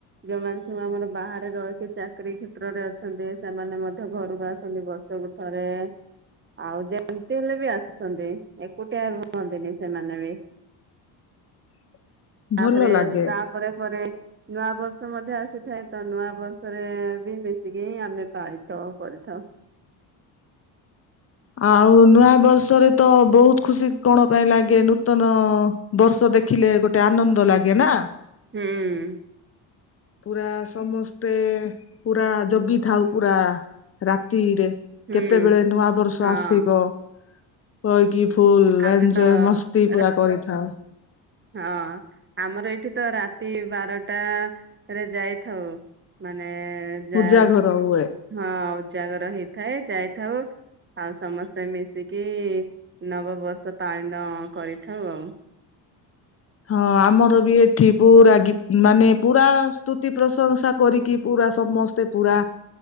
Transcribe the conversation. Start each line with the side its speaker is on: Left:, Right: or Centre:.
Right: ଯୋଉମାନେ ସବୁ ଆମର ବାହାରେ ରହିକି ଚାକିରୀ କ୍ଷେତ୍ରରେ ଅ ଅଛନ୍ତି। ସେମାନେ ମଧ୍ୟ ଘରକୁ ଆସନ୍ତି ବର୍ଷକୁ ଥରେ। ଆଉ ଯେମିତି ହେଲେ ବି ଆସୁଛନ୍ତି। ଏକୁଟିଆ ରୁହନ୍ତିନି ସେମାନେ ବି।
Left: <unintelligible>
Right: ତାପରେ
Left: ଭଲ ଲାଗେ
Right: ତାପ ପରେ, ପରେ ନୂଆ ବର୍ଷ ମଧ୍ୟ ଆସିଥାଏ। ତ ନୂଆ ବର୍ଷରେ ବି ମିସିକି ହିଁ, ଆମେ ପାଳିଥାଉ କରିଥାଉ।
Left: ଆଉ ନୂଆ ବର୍ଷରେ ତ ବହୁତ ଖୁସି କଣ ପାଇଁ ଲାଗେ? ନୂତନ ବର୍ଷ ଦେଖିଲେ ଗୋଟେ ଆନନ୍ଦ ଲାଗେ ନା!
Right: ହୁଁ
Left: ପୁରା ସମସ୍ତେ, ପୁରା ଜଗିଥାଉ ପୁରା ରାତିରେ।
Right: ହୁଁ
Left: କେତେବେଳେ ନୂଆ ବର୍ଷ
Right: ହଁ
Left: ଆସିବ! କହିକି ଫୁଲ
Right: ଆମେ
Left: ଏଞୟ
Right: ତ
Left: ମସ୍ତି ପୁରା କରିଥାଉ।
Right: ହଁ ଆମର ଏଇଠି ତ ରାତି ବାରଟରେ ଯାଇଥାଉ। ମାନେ ଯା
Left: ପୂଜା ଘର
Right: ହଁ
Left: ହୁଏ।
Right: ଉଜାଗର ହେଇଥାଏ। ଯାଇଥାଉ। ଆଉ ସମସ୍ତେ ମିଶିକି, ନବବର୍ଷ ପାଳନ କରିଥାଉ ଆଉ।
Left: ହଁ ଆମର ବି ଏଠି, ପୁରା ଗୀତ ମାନେ ପୁରା ସ୍ତୁତି ପ୍ରଶଂସା କରିକି ପୁରା ସମସ୍ତ ମତେ ପୁରା,